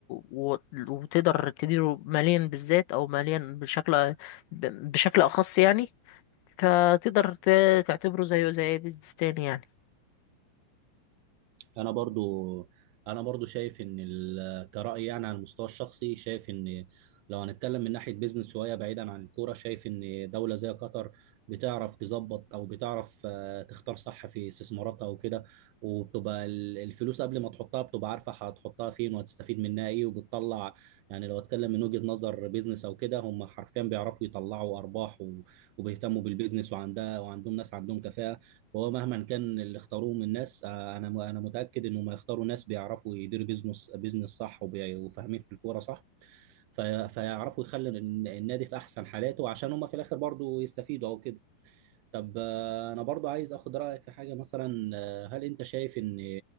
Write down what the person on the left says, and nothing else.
و- وتقدر تديره ماليا بالذات او ماليا بشكل ب- بشكل اخص يعني فتقدر ت- تعتبره زيه زي بيزنس تاني يعني